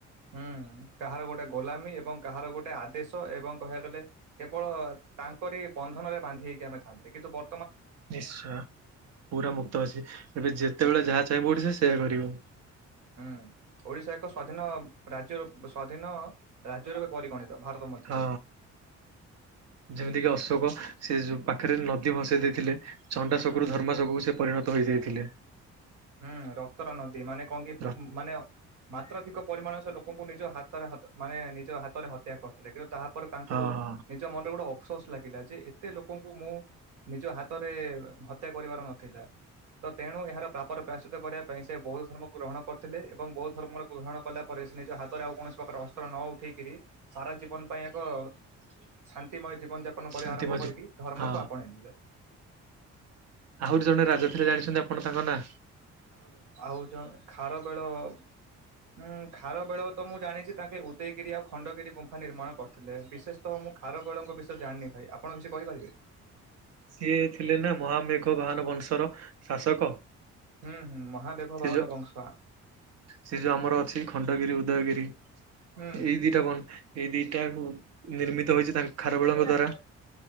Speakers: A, on the right; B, on the right.
A: ହୁଁ କାହାର ଗୋଟେ ଗୋଲାମୀ ଏବଂ କାହାର ଗୋଟେ ଆଦେଶ ଏବଂ କହିବାକୁ ଗଲେ କେବଳ ତାଙ୍କରି ବନ୍ଧନରେ ବାନ୍ଧି ହେଇକି ଆମେ ଥାନ୍ତେ କିନ୍ତୁ ବ
B: ନିଶ୍ଚୟ ପୁରା ମୁକ୍ତ ଅଛି ଏବେ ଯେତେବେଳେ
A: ହୁଁ
B: ଯାହା ଚାହିଁବ ଓଡ଼ିଶା ସେୟା କରିବ।
A: ହୁଁ ଓଡିଶା ଏକ ସ୍ଵାଧୀନ ରାଜ୍ୟ ର ସ୍ଵାଧୀନ ରାଜ୍ୟ ରୂପେ ପରିଗଣିତ ଭାରତ ମଧ୍ୟରେ
B: ହଁ ଯେମିତିକି ଅଶୋକ ସେ ଯୋଉ ପାଖରେ ନଦୀ ଭସେଇ ଦେଇଥିଲେ ଚଣ୍ଡା ଶକୁରୁ
A: ହୁଁ
B: ଧର୍ମ ଶକରୁ ସେ ପରିଣତ ଧୋଇଯାଇଥିଲେ।
A: ହୁଁ ରକ୍ତର ନଦୀ ମାନେ କଣ କି
B: ହଁ
A: ମାନେ ମାତ୍ରାଧିକ ପରିମାଣ ସେ ଲୋକଙ୍କୁ ନିଜ ହାତରେ ମାନେ ନିଜ ହାତରେ ହତ୍ୟା କରିଥିଲେ କିନ୍ତୁ ତାହାପରେ ତାଙ୍କୁ
B: ହଁ
A: ନିଜ ମନରେ ଗୋଟେ ଅଫସୋସ୍ ଲାଗିଲା ଯେ ଏତେ ଲୋକଙ୍କୁ ମୁଁ ନିଜ ହାତରେ ହତ୍ୟା କରିବାର ନଥିଲା ତ ତେଣୁ ଏହାର ପ୍ରାପର ପ୍ରାୟଶ୍ଚିତ କରିବା ପାଇଁ ସେ ବୌଦ୍ଧ ଧର୍ମକୁ ଗ୍ରହଣ କରିଥିଲେ ଏବଂ ବୌଦ୍ଧ ଧର୍ମକୁ ଗ୍ରହଣ କଲା ପରେ ସେ ନିଜ ହାତରେ ଆଉ କୌଣସି ପ୍ରକାର ଅସ୍ତ୍ର ନ ଉଠେଇକିରି ସାରା ଜୀବନ ପାଇଁ ଏକ ଶାନ୍ତିମୟ ଜୀବନ ଯାପ ଆପଣ କରିବା
B: ଅନ୍ତିମ
A: ଆରମ୍ଭ
B: ଯୁ
A: କରିକି ଧର୍ମକୁ
B: ହଁ
A: ଆପଣେଇ ନେଲେ।
B: ଆହୁରି ଜଣେ ରାଜା
A: ଏ
B: ଥିଲେ ଜାଣିଛନ୍ତି ଆପଣ ତାଙ୍କ ନା
A: ଆଉ ଜଣ ଖାରବେଳ ଉଁ ଖାରବେଳ ତ ମୁଁ ଜାଣିଛି ତାଙ୍କେ ଉଦୟଗିରି ଆଉ ଖଣ୍ଡଗିରି ଗୁମ୍ଫା ନିର୍ମାଣ କରିଥିଲେ ବିଶେଷତଃ ମୁଁ ଖାରବେଳଙ୍କ ବିଷୟରେ ଜାଣିନି ଭାଇ ଆପଣ କିଛି କହିପାରିବେ।
B: ସିଏ ଥିଲେ ନା ମହାମେଘ ବାହାନ ବଂଶର ଶାସକ
A: ହୁଁ ହୁଁ ମହାବେଘ
B: ସେ
A: ଭଉନ
B: ଯୋଉ
A: ବଂଶ
B: ସେ ଯୋଉ ଆମର ଅଛି ଖଣ୍ଡଗିରି ଉଦୟଗିରି
A: ହୁଁ
B: ଏଇ ଦିଇଟା ବନ ଏଇ ଦିଟା ନିର୍ମିତ ହେଇଛି ତାଙ୍କ ଖାରବେଳଙ୍କ
A: ହୁଁ
B: ଦ୍ଵାରା